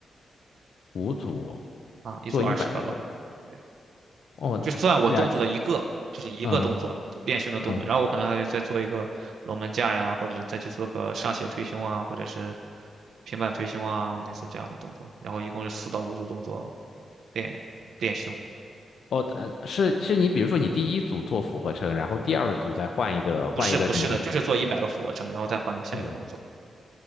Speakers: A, on the left (about 65°); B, on the right (about 75°).
A: 五组
B: 啊，一组二十个吧。
A: 做一百个
B: 对，
A: 哦，
B: 就算我动作的一个，
A: 那然
B: 就是一个动作练胸的动作，
A: 嗯嗯
B: 然后我可能还会再做一个龙门架呀，或者是再去做个上斜推胸啊，或者是平板推胸啊，类似这样的动作。然后一共是四到五组动作练练胸。
A: 哦，呃是是你比如说你第一组做俯卧撑，然后第二组再换一个换一个什么，
B: 不是不是的，就是做一百个俯卧撑，然后再换到下一个动作。
A: 对不对？